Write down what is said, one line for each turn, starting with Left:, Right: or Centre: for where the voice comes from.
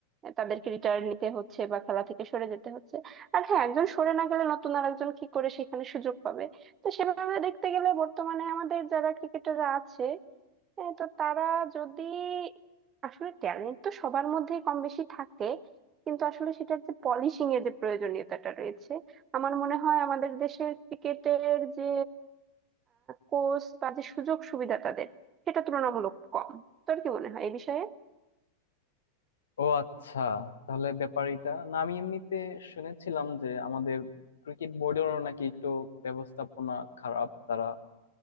Right: তাদেরকে রিটায়ার নিতে হচ্ছে বা খেলা থেকে সরে যেতে হচ্ছে আর হ্যাঁ একজন সরে না গেলে নতুন আর একজন কি করে সেখানে সুযোগ পাবে তো সেভাবে দেখতে গেলে বর্তমানে আমাদের যারা ক্রিকেটাররা আছে হ্যাঁ তো তারা যদি আসলে ট্যালেন্ট তো সবার মধ্যেই কম বেশি থাকে কিন্তু আসলে সেটার যে পলিশিং এর যে প্রয়োজনীয়তাটা রয়েছে আমার মনে হয় আমাদের দেশের ক্রিকেটের যে কোচ বা যে সুযোগ সুবিধা তাদের সেটা তুলনামূলক কম তোর কি মনে হয় এই বিষয়ে
Left: ও আচ্ছা তাহলে ব্যাপারটা না আমি এমনিতে শুনেছিলাম যে আমাদের ক্রিকেট বোর্ডেরও নাকি একটু ব্যবস্থাপনা খারাপ তারা